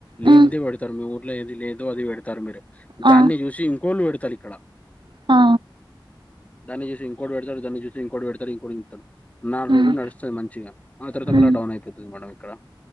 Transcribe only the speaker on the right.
హ్మ్,
ఆ,
ఆ
హ్మ్,
హ్మ్,